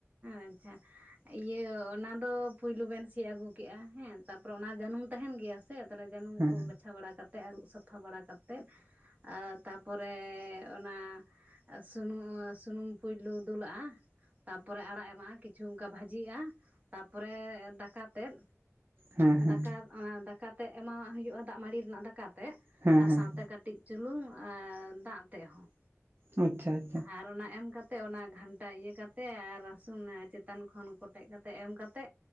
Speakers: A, on the right; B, on the right.
A: ᱟᱪᱪᱷᱟ ᱤᱭᱟᱹ ᱚᱱᱟ ᱫᱚ ᱯᱩᱭᱞᱩ ᱵᱮᱱ ᱥᱤᱫᱽ ᱟᱹᱜᱩ ᱠᱮᱫᱼᱟ ᱦᱮᱸ ᱛᱟᱨᱯᱚᱨᱮ ᱚᱱᱟ ᱡᱟᱹᱱᱩᱢ ᱛᱟᱦᱮᱱ ᱜᱮᱭᱟ ᱥᱮᱮ ᱡᱟᱹᱱᱩᱢ
B: ᱦᱮᱸ
A: ᱠᱚ ᱵᱟᱪᱷᱟᱣ ᱵᱟᱲᱟ ᱠᱟᱛᱮᱜ ᱟᱹᱨᱩᱵ ᱥᱟᱯᱷᱟ ᱵᱟᱲᱟᱛᱮᱫ ᱟᱨ ᱛᱟᱨᱯᱚᱨᱮ ᱚᱱᱟ ᱟᱨ ᱥᱩᱱᱩᱢ ᱥᱩᱱᱩᱢ ᱯᱩᱭᱞᱩ ᱫᱩᱞᱟᱜᱼᱟ ᱛᱟᱯᱚᱨᱮ ᱟᱲᱟᱜ ᱮᱢᱟᱜᱼᱟ ᱠᱤᱪᱷᱩ ᱚᱱᱠᱟ ᱵᱷᱟᱹᱡᱤᱜᱼᱟ ᱛᱟᱯᱚᱨᱮ ᱫᱟᱠᱟ ᱛᱮᱫ
B: ᱦᱮᱸ ᱦᱮᱸ
A: ᱫᱟᱠᱟ ᱚᱱᱟ ᱫᱟᱠᱟᱛᱮ ᱮᱢᱟᱣᱟᱜ ᱦᱩᱭᱩᱜᱼᱟ ᱫᱟᱜ ᱢᱲᱤ ᱨᱮᱱᱟᱜ ᱫᱟᱠᱟᱛᱮ
B: ᱦᱮᱸ
A: ᱟᱨ
B: ᱦᱮᱸ
A: ᱥᱟᱶᱛᱮ ᱠᱟᱹᱴᱤᱡ ᱪᱩᱞᱩᱝ ᱟᱨ ᱫᱟᱜ ᱛᱮ ᱦᱚᱸ
B: ᱟᱪᱷᱟ
A: ᱟᱨ ᱚᱱᱟ ᱮᱢ ᱠᱟᱛᱮᱫ ᱠᱟᱛᱮ ᱚᱱᱟ ᱜᱷᱟᱱᱴᱟ ᱤᱭᱟᱹ ᱠᱟᱛᱮ ᱟᱨ ᱨᱟᱹᱥᱩᱱ ᱪᱮᱛᱟᱱ ᱠᱷᱚᱱ ᱠᱚᱴᱮᱡ ᱠᱟᱛᱮ ᱮᱢ ᱠᱟᱛᱮ